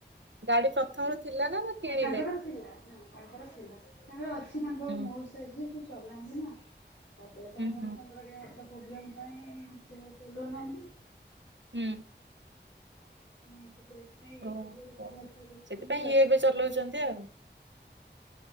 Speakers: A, on the right; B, on the left.
A: ଗାଡି ପ୍ରଥମରୁ ଥିଲା? ନା କିଣିଲେ?
B: ହଁ ତାଙ୍କର ଥିଲା ନା ତାଙ୍କର ଥିଲା ତାଙ୍କର ଅଛି ତାଙ୍କର
A: ହୁଁ
B: ମଉସା ଯିଏ ସେ ଚଲାନ୍ତି ନା ତାପରେ ତା
A: ହୁଁ
B: ମଉସାଙ୍କର
A: ହୁଁ
B: ଦେହ ହାତ ପ୍ରୋବ୍ଲେମ୍ ପାଇଁ ସେ ଚଲଉ ନାହାନ୍ତି।
A: ହୁଁ।
B: <unintelligible> ନାଇଁ ଇଏ
A: ଓହୋ
B: ସବୁଆଡେ <unintelligible>
A: ସେଥିପାଇଁ
B: ଆଉ।
A: ଇଏ ଏବେ ଚଲଉଛନ୍ତି ଆଉ।